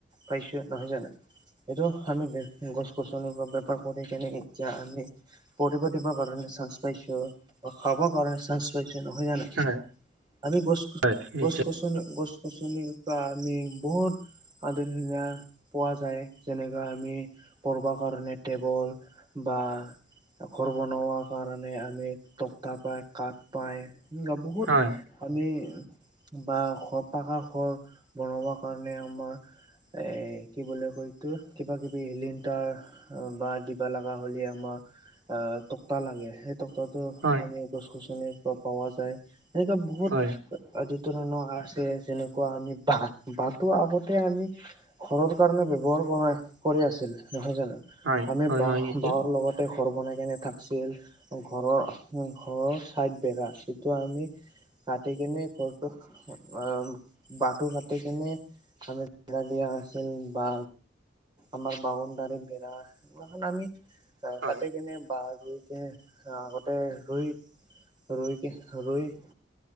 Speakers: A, on the right (about 25°); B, on the right (about 90°).
A: পাইছো নহয় জানো? এইটো আমি- গছ গছনি বা বেপাৰ কৰি কেনে এতিয়া আমি পঢ়িব দিব কাৰণে চানস পাইছো, বা খাব কাৰণে চান্স পাইছে নহয় জানো?
B: হয়,
A: আমি গছ
B: হয়, নিশ্চয়,
A: গছ গছ- গছ গছনিৰ পৰা আমি বহুত- আদি ধুনীয়া পোৱা যায় যেনেকা আমি পঢ়িব কাৰণে টেবুল- বা ঘৰ বনোৱা কাৰণে আমি- টকতা পায় কাঠ পায় এনেৱা বহুত-
B: হয়,
A: আানি বাহ ঘৰ পাকা ঘৰ বনাবাৰ কাৰণে আমাৰ- এই কি বুলি কয় এইটো কিবা কিবি লিংতাৰ- বা দিবা লগা হ'লে আমাৰ আহ তকতা লাগে। সেই তাকতা- টো
B: হয়,
A: আমি গছ গছনিৰ পৰা পাৱা যায়। এনেকুৱা বহুত
B: হয়,
A: আদিত- ধৰণৰ আছে যেনেকুৱা আমি বাহ বাহটো আগতে আমি- ঘৰৰ কাৰণে ব্যৱহাৰ কৰা কৰি আছিল নহয় জানো?
B: হয়,
A: আমি
B: হয়,
A: বাহ
B: হয়, নিশ্চয়,
A: বাহৰ লগত- তাতে ঘৰ বনাই কেনে থাকছিল। ঘৰৰ ঘৰৰ চাইড বেৰা সেইটো আমি- কাটি কেনে ঘৰটো আহ বাহটু কাটি কেনে- আমি বেৰা দিয়া আছিল বা আমাৰ বাউণ্ডাৰীৰ বেৰা- সেইলাখান আমি
B: হয়,
A: কাটি কেনে বাহ ৰুই কেনে- আগতে ৰুই ৰুইকে ৰুই-